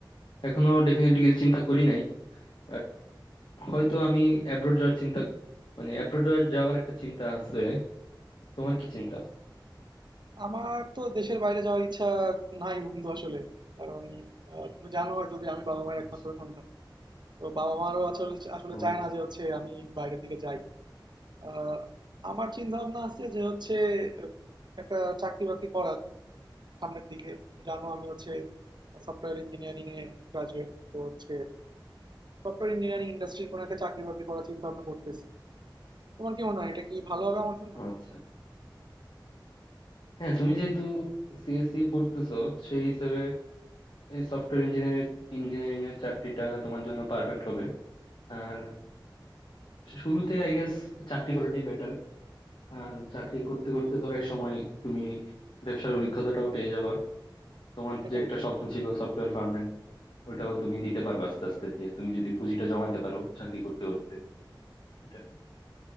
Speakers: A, on the left; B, on the right.
A: এখনো ডেফিনেটলি কিছু চিন্তা করি নাই বাট হয়তো আমি অ্যাব্রোড যাওয়ার চিন্তা মানে অ্যাব্রোড যাওয়ার একটা চিন্তা আছে তোমার কি চিন্তা
B: আমার তো দেশের বাইরে যাওয়ার ইচ্ছা নাই বন্ধু আসলে কারণ আহ, তুমি জানো হয়তো যে আমি বাবা মায়ের
A: আচ্ছা
B: একমাত্র সন্তান তো বাবা মারও আসলে আসলে
A: ও
B: চায় না যে হচ্ছে আমি বাইরের দিকে যাই আহ, আমার চিন্তা ভাবনা আছে যে হচ্ছে আহ, একটা চাকরি বাকরি করার সামনের দিকে জানো আমি হচ্ছে সফটওয়্যার ইঞ্জিনিয়ারিং এ গ্রাজুয়েট তো হচ্ছে সফটওয়্যার ইঞ্জিনিয়ারিং ইন্ডাস্ট্রির কোনো একটা চাকরি বাকরি করার চিন্তা ভাবনা করতেছি তোমার কি মনে হয় এটা কি ভালো হবে আমার জন্য
A: আচ্ছা হ্যাঁ তুমি যেহেতু সিএসসি পড়তেছো সেই হিসেবে এই সফটওয়্যার ইঞ্জিনিয়ারিং ইঞ্জিনিয়ারিং এর চাকরিটা তোমার জন্য পারফেক্ট হবে আর শুরুতে আই গেস চাকরি করাটাই বেটার আর চাকরি করতে করতে ধর এক সময় তুমি ব্যবসার অভিজ্ঞতাটাও পেয়ে যাবা তোমার
B: সেটাই
A: যে একটা
B: সেটাই
A: স্বপ্ন ছিল সফটওয়্যার ফার্মের ওটাও তুমি দিতে পারবে আস্তে আস্তে যে তুমি যদি পুঁজিটা জমাইতে পারো চাকরি করতে করতে এটাই।